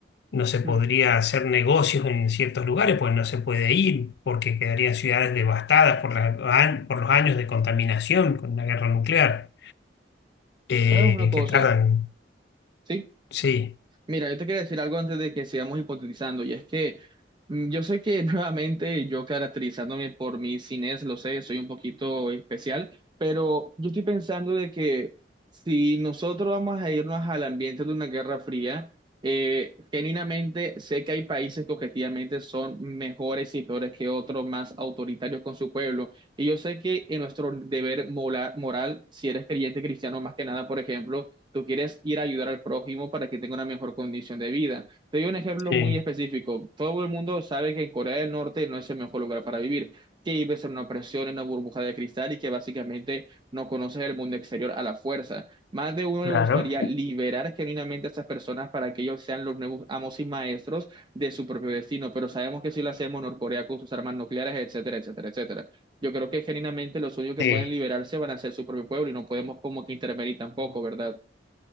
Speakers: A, on the left; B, on the right.
A: no se podría
B: Mm.
A: hacer negocios en ciertos lugares, pues no se puede ir, porque quedarían ciudades devastadas por la- por los años de contaminación con la guerra nuclear, eh,
B: es una cosa,
A: que tardan.
B: sí.
A: Sí,
B: Mira, yo te quería decir algo antes de que sigamos hipotetizando, y es que mm, yo sé que <laughs> nuevamente yo caracterizándome por mi cines, lo sé, soy un poquito especial, pero yo estoy pensando de que si nosotros vamos a irnos al ambiente de una guerra fría, eh, genuinamente sé que hay países que objetivamente son mejores y peores que otros, más autoritarios con su pueblo, y yo sé que en nuestro deber mola- moral, si eres creyente cristiano más que nada, por ejemplo, tú quieres ir a ayudar al prójimo para que tenga una mejor condición de vida. Te doy un ejemplo
A: sí,
B: muy específico. Todo el mundo sabe que en Corea del Norte no es el mejor lugar para vivir, que vives en una opresión, en una burbuja de cristal y que básicamente no conoces el mundo exterior a la fuerza. Más de uno
A: Claro.
B: le gustaría liberar genuinamente a esas personas para que ellos sean los nuevos amos y maestros de su propio destino, pero sabemos que si lo hacemos, Norcorea con sus armas nucleares, etcétera, etcétera, etcétera. Yo creo que genuinamente los únicos que
A: sí.
B: pueden liberarse van a ser su propio pueblo y no podemos como que intervenir tampoco, ¿verdad?